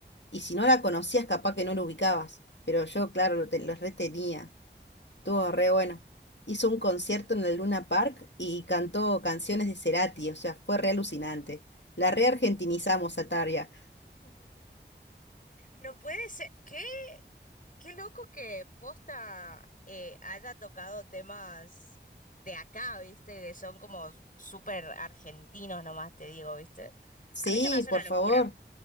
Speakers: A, on the left; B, on the left.
A: Y si no la conocías, capaz que no lo ubicabas. Pero yo, claro, lo, te- lo retenía. Estuvo re bueno. Hizo un concierto en el Luna Park y cantó canciones de Cerati, o sea, fue re alucinante. La reargentinizamos a Tarja.
B: No puede ser, qué, qué loco que Posta eh, haya tocado temas de acá, ¿viste? Que son como súper argentinos nomás, te digo, ¿viste?
A: Sí,
B: A mí se me hace
A: por
B: una locura,
A: favor.